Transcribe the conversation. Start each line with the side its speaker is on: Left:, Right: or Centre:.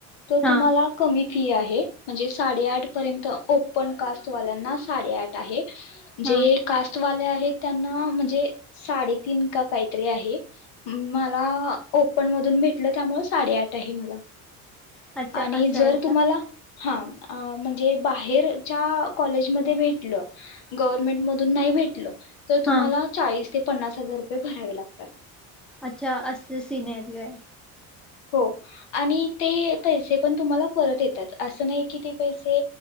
Left: तो
Centre: हा
Left: तुम्हाला कमी फी आहे. म्हणजे साडेआठ पर्यंत ओपन कास्टवाल्यांना साडेआठ आहे. जे
Centre: हा
Left: कास्टवाले आह हे त्यांना म्हणजे साडेतीन का काहीतरी आहे. मला ओ पण मधून भेटलं, त्यामुळे साडेआठ आहे मला.
Centre: अच्छा
Left: आणि
Centre: असं
Left: जर
Centre: आहे
Left: तुम्हाला
Centre: का
Left: हा. अ म्हणजे बाहेरच्या कॉलेजमध्ये भेटलं, गव्हर्मेंट मधून नाही भेटलं तर तुम्हाला
Centre: हा
Left: चाळीस ते पन्नास हजार रुपये भरावे लागतात.
Centre: अच्छा अस सिनेरिओ ये.
Left: हो. आणि ते पैसे पण तुम्हाला परत येतात, असं नाही की ते पैसे